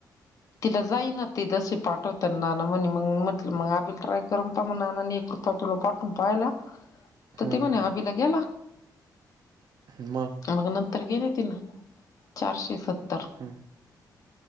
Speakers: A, on the left; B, on the right.
A: तिला जाई ना ते तसे पाठवत नाना म्हणे मग म मग आपल ट्राय करून पहा मग नानांनी एक रुपया पाठवून पाहीला. तर
B: हम्म
A: ते म्हणे अभि ला गेला.
B: मग
A: मग नंतर गेले तिला चारशे सत्तर.
B: हम